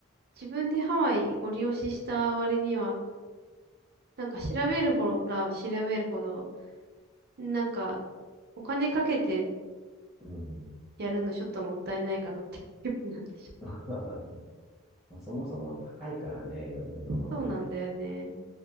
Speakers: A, on the right; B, on the left.
A: 自分でハワイご利用しした割には、なんか調べるほら調べるほど、なんか、お金かけて
B: うん。
A: やるのちょっともったいないかなって気分になってしまう。
B: <laughs> そもそも高いからね、いろいろなものが。
A: そうなんだよね。